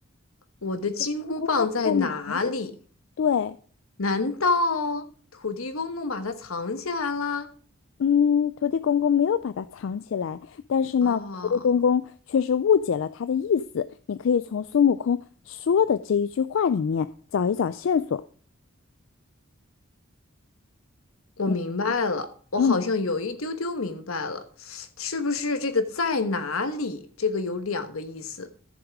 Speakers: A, on the left (about 80°); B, on the left (about 70°).
A: 我的金箍棒在哪里？
B: <laughs> 金箍棒在哪里？对，
A: 难道土地公公把它藏起来啦？
B: 嗯，土地公公没有把它藏起来，但是呢，
A: 啊、
B: 土地公公却是误解了他的意思。你可以从孙悟空说的这一句话里面找一找线索。
A: 我明白了，
B: 你，
A: 我好像有一丢丢明白了，
B: 嗯
A: 是不是这个在哪里？这个有两个意思。